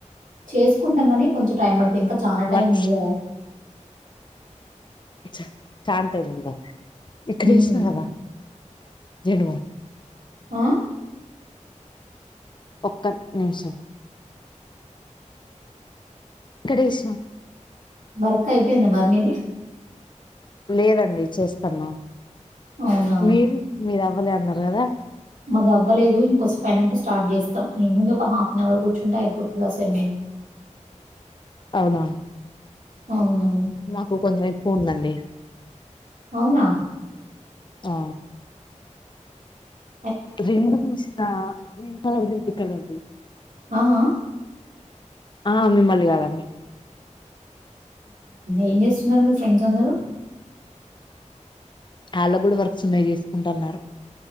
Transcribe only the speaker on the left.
వర్క్స్
చా చార్ తో తినదు ఉంద ఇక్కడ
ఏసిన కదా జండు బామ్
ఒక్క నిమిషం ఇక్కడే ఇసినాం
లేదండి చేస్తున్నావ్
మీరు మీది అవ్వలే అన్నారు కదా
అవునా
మాకు కొంచెం ఎక్కువ ఉందండి
ఆ
రెండు తీస్తా గ్రీన్ కలర్ రెడ్ కలర్ది
ఆ మిమ్మల్ని కాదండి
వాళ్ళ కూడా వర్క్స్ ఉన్నాయి చేసుకుంటున్నారు